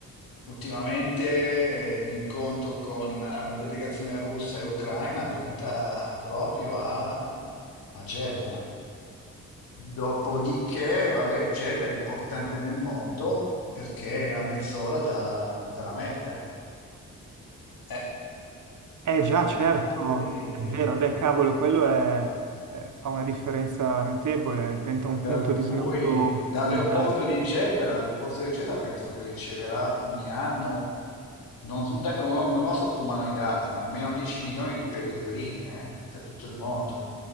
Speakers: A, on the left; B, on the right.
A: Ultimamente eh, l'incontro con eh, la delegazione russa e ucraina è venuta proprio a, a Jeddah. Dopodiché, vabbè, Jeddah è importante nel mondo perché è a mezz'ora da- dalla Mecca. Eh,
B: Eh già,
A: per
B: certo,
A: cui...
B: è vero, beh cavolo, quello è, è- fa una differenza notevole, diventa un
A: Per
B: punto
A: cui
B: di snodo
A: dall'aeroporto
B: fondamentale.
A: di Jeddah, l'aeroporto di Jeddah penso che riceverà ogni anno, non, detto, non, ho, non ho sotto mano i dati, ma almeno 10 milioni di pellegrini eh, da tutto il mondo